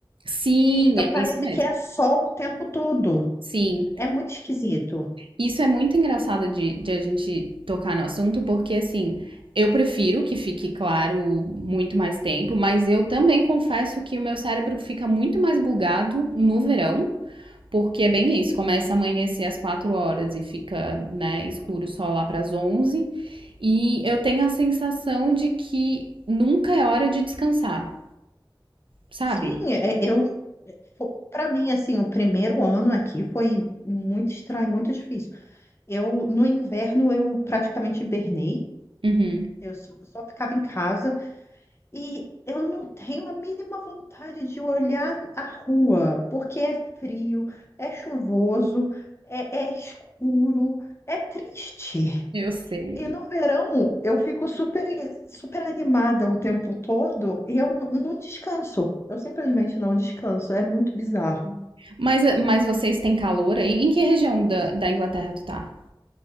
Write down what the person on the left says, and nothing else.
Então
parece
que é sol o tempo todo.
É muito esquisito.
Sim, é- eu para mim assim, o primeiro ano aqui foi muito estranho, muito difícil. Eu no inverno eu praticamente hibernei.
Eu só, só ficava em casa e eu não tenho a mínima vontade de olhar a rua, porque é frio, é chuvoso, é, é escuro, é triste.
E no verão eu fico super, super animada o tempo todo e eu n- não descanso. Eu simplesmente não descanso. É muito bizarro.